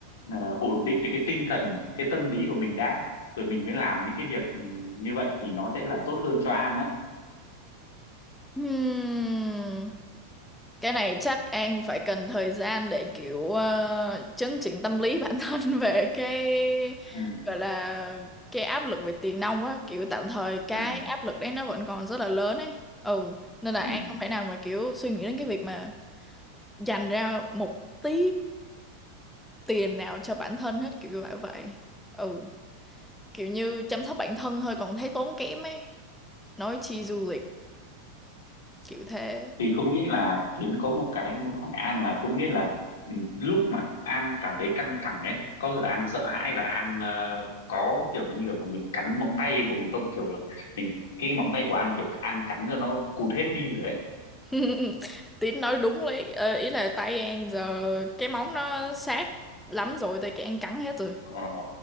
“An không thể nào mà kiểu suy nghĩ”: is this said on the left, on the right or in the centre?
Centre